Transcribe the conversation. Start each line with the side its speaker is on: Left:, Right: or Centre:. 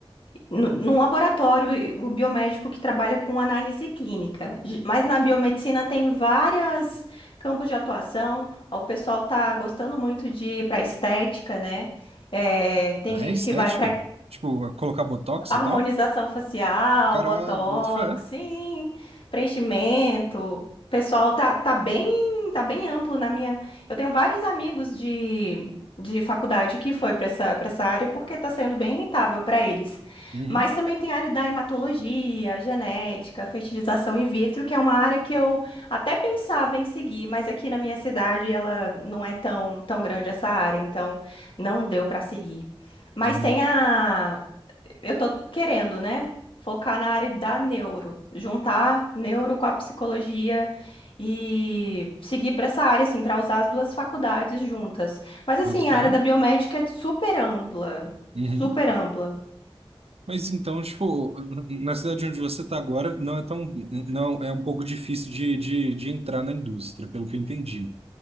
Left: no- num laboratório, o biomédico que trabalha com análise clínica. Ge- Mas na biomedicina tem várias campos de atuação. Ó, O pessoal tá gostando muito de ir para estética, né? É, tem
Right: É
Left: gente
Right: é estética?
Left: que vai para
Right: Tipo, colocar botox
Left: harmonização
Right: e tal?
Left: facial,
Right: Caralho,
Left: botox,
Right: boto fé.
Left: sim, preenchimento. O Pessoal, tá, tá bem, tá bem amplo na minha. Eu tenho vários amigos de, de faculdade que foi para essa, para essa área porque tá sendo bem rentável para eles.
Right: Uhum,
Left: Mas também tem a área da hematologia, genética, fertilização in vitro, que é uma área que eu até pensava em seguir, mas aqui na minha cidade ela não é tão, tão grande essa área, então não deu para seguir. Mas
Right: uhum,
Left: tem a eu tô querendo, né? Focar na área da neuro, juntar neuro com a psicologia e seguir para essa área, assim, para usar as duas faculdades juntas. Mas, assim,
Right: boto fé.
Left: a área da biomédica é super ampla,
Right: Uhum.
Left: super ampla.
Right: Mas então, tipo, na cidade onde você está agora, não é tão, não, é um pouco difícil de, de, de entrar na indústria, pelo que eu entendi.